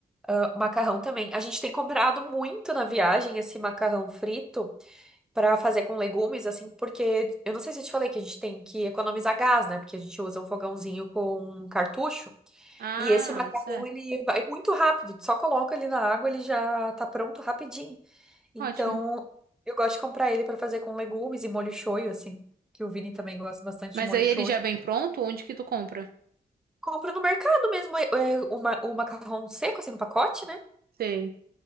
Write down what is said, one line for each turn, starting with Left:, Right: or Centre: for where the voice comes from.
Centre: Ah, macarrão também. A gente tem comprado muito na viagem esse macarrão frito pra fazer com legumes, assim, porque eu não sei se eu te falei que a gente tem que economizar gás, né? Porque a gente usa um fogãozinho com cartucho.
Right: Ah,
Centre: E esse macarrão,
Right: certo.
Centre: ele vai muito rápido. Tu Só coloca ele na água, ele já tá pronto rapidinho. Então,
Right: Ótimo.
Centre: eu gosto de comprar ele pra fazer com legumes e molho shoyu, assim. Que o Vini também gosta bastante
Right: Mas
Centre: de molho
Right: aí
Centre: shoyu.
Right: ele já vem pronto? Onde que tu compra?
Centre: Compro no mercado mesmo é, é, o, ma- o macarrão seco, assim, no pacote, né?
Right: Sei.